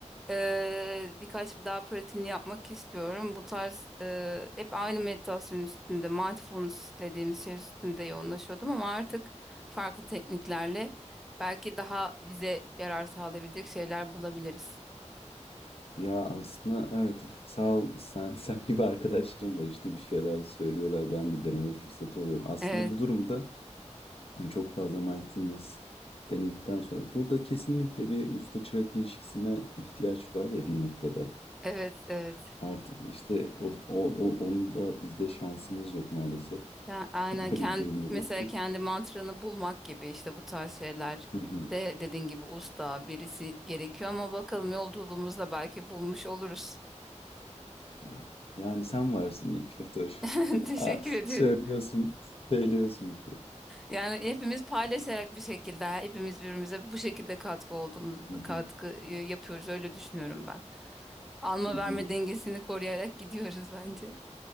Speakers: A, in the centre; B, on the left.
A: eee, birkaç daha pratiğini yapmak istiyorum. Bu tarz eee, hep aynı meditasyon üstünde, mindfulness dediğimiz şey üstünde yoğunlaşıyordum ama artık farklı tekniklerle belki daha bize yarar sağlayabilecek şeyler bulabiliriz.
B: Ya aslında evet sağ ol sen <laughs> sen gibi arkadaşlarım var işte bir şeyler söylüyorlar ben de deneme fırsatı oluyorum. Aslında
A: Evet,
B: bu durumda hani çok fazla mindfulness denedikten sonra burada kesinlikle bir usta çırak ilişkisine ihtiyaç var ya bir noktada.
A: evet, evet.
B: Artık işte o, o, o- onun da bizde şansımız yok maalesef.
A: Ya aynen
B: <laughs>
A: kendi,
B: Öyle bir durumda
A: mesela
B: değiliz.
A: kendi mantranı bulmak gibi işte bu tarz şeyler
B: Hı hı.
A: de dediğin gibi usta birisi gerekiyor ama bakalım yolculuğumuzda belki bulmuş oluruz.
B: Ha, Yani sen varsın ilk ki
A: <laughs> Teşekkür
B: <laughs> Ha,
A: ediyorum.
B: Söylüyorsun, söylüyorsun bir şey.
A: Yani hepimiz paylaşarak bir şekilde hepimiz birbirimize bu şekilde katkı olduğumuz
B: Hı hı,
A: katkı yapıyoruz öyle düşünüyorum ben. Alma
B: hı hı.
A: verme dengesini koruyarak gidiyoruz bence.